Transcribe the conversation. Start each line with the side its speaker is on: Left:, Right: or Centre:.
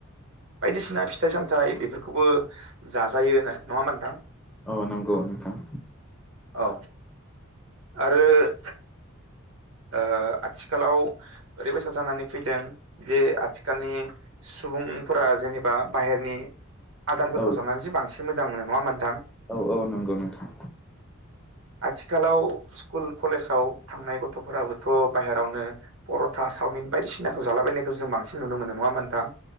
Right: बायदिसिना फिथाइ सामथाइ बेफोरखौबो जाजायो नङा होनबा नोंथां
Centre: औ नंगौ नोंथां।
Right: औ आरो ओ आथिखालाव ओरैबायसा जानानै फैदों बे आथिखालनि सुबुंफोरा जेनेबा बाहेरनि आदारफोरखौ
Centre: औ
Right: जावानानैसो बांसिन मोजां मोनो नङा नोंथां?
Centre: औ औ नंगौ नोंथां
Right: आथिखालाव स्कुल कलेजाव थांनाय ग गथ'फोराबोथ' बाहेरावनो पर'था चाविन बायदिसिनाखौ जालाबायनायखौ जों बांसिन नुनो मोनो नङा होनबा नोंथां?